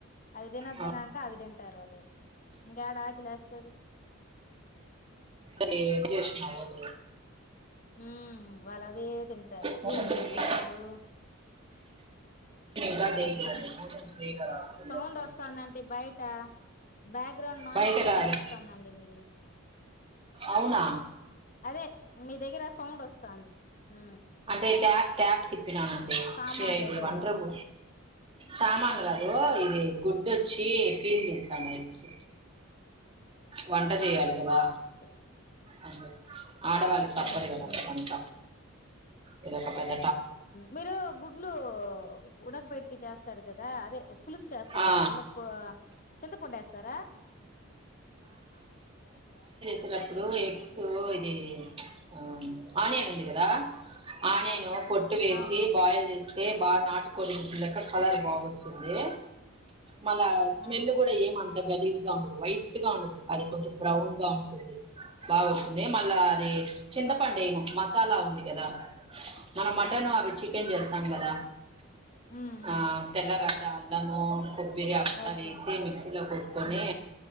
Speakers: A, on the left (about 40°); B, on the right (about 25°).
A: అవి తినొద్దుని
B: ఆ,
A: అంటే అవి తి. తెలువదు ఇంక ఏడ ఆకిలేస్తాది.
B: Date Jewish నవ్వదు.
A: ఉ వాళ్ళ అవే తింటారు క్రీమ్
B: మోషన్
A: బిస్కెట్లు.
B: ఫ్రీగా <unintelligible> పిల్లోడికి.
A: సౌండ్ వస్తానంటి బయట బ్యాగ్రాండ్ నాయిస్
B: బయట
A: సౌండ్
B: గాని
A: వస్తుందండి మీది,
B: అవునా?
A: అదే, మీ దగ్గర సౌండ్ వస్తంది ఉ.
B: అదేచ్చా క్యాప్ తిప్పినానండి
A: సామాన్లు ఏదో
B: ది వాంటరూమ్ సామాన్లు కాదు
A: ఆ
B: ఇది గుడ్ ఇది వచి పిల్ తీస్తండ ఎగ్స్ వంట చేయ్యాలి కదా
A: ఓకే
B: అే ఆడవాళ్ళకి తప్పదు
A: ఉమ్
B: కదా
A: ఉమ్
B: వంట ఇది ఒక పెద
A: మీరు గుడ్లు ఉడకబెట్టి చేస్తారు కదా అదే పులుసు చేస్తారు
B: ఆ
A: కదా దాంట్లో కు చింతపండ ఎస్తారా
B: వచ్చేటప్పుడు ఎగ్స్ ఇది ఆ ఆనియన్ ఉంది కదా ఆనియన్ పొట్టు వేసి
A: అవును
B: బయిల్ చేసి తే బాగా నాటుకోడి గుడులేక కలర్ బాగా వస్తుంది మళ స్మెల్
A: ఆ
B: కూడా ఏం అంత అంత గలీజ్ గా ఉండదు వై ఘాటుగా ఉండదు అది కొంచెం బ్రౌన్ గా ఉంటుంది బాగు వస్తూ ంది మళ్ళా అది చింతపండు ఎయిము మసాలా ఉంది ఎదా మన మటన్
A: ఆ
B: అవి
A: ఆ
B: చికెన్ చేస్తాం సంభద
A: ఉమ్
B: ఆ
A: ఉమ్
B: తెల్లగడ అల్లము కొబ్బరి అవంతా
A: ఓకే
B: వేసి మిక్సీలో కొట్టుకొని
A: ఉమ్